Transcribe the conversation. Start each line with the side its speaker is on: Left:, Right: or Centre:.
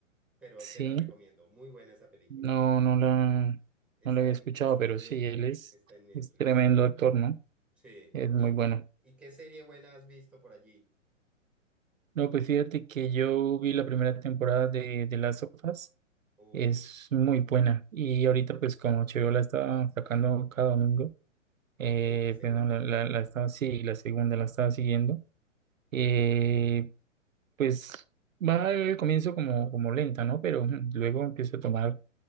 Centre: pero
Right: Sí,
Centre: te la recomiendo, muy buena esa película.
Right: no, no la,
Centre: Está
Right: no la había escuchado,
Centre: en, está
Right: pero
Centre: en
Right: sí,
Centre: Netflix,
Right: él es,
Centre: está en Netflix.
Right: es tremendo actor, ¿no?
Centre: Sí,
Right: Es muy
Centre: ¿y,
Right: bueno.
Centre: y qué serie buena has visto por allí?
Right: No, pues fíjate que yo vi la primera temporada de, de Last of Us.
Centre: Uh,
Right: Es muy buena. Y ahorita, pues, como HBO la está sacando cada domingo,
Centre: ok,
Right: eh,
Centre: la segunda.
Right: pues no, la, la, la estaba, sí, la segunda la estaba siguiendo. Eh, pues va al comienzo como, como lenta, ¿no? Pero ujú, luego empieza a tomar